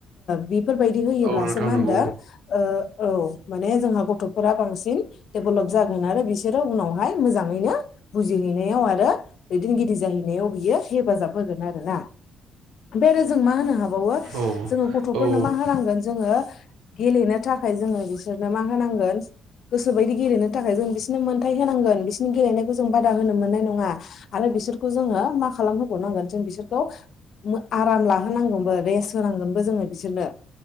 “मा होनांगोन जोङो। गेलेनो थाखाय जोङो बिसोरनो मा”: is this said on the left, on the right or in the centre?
Left